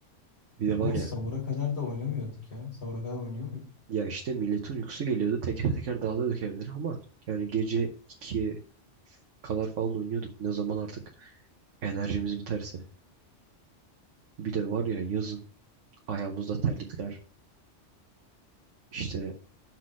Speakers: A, on the right; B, on the left.
A: Bir de var
B: Ama
A: ya,
B: sahura kadar da oynamıyorduk ya. Sahura kadar oynuyor muyduk?
A: ya işte milletin uykusu geliyordu. Teker teker dağılıyorduk evlere ama yani gece ikiye kadar falan oynuyorduk. Ne zaman artık enerjimiz biterse. Bir de var ya yazın ayağımızda terlikler, işte